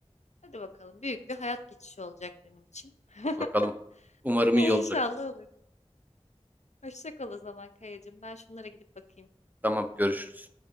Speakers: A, on the left; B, on the right.
A: Hadi bakalım. Büyük bir hayat geçişi olacak benim için. <laughs>
B: Bakalım. Umarım iyi
A: İnşallah
B: olacak.
A: olur. Hoşça kal o zaman Kayacığım. Ben şunlara gidip bakayım.
B: Tamam görüşürüz.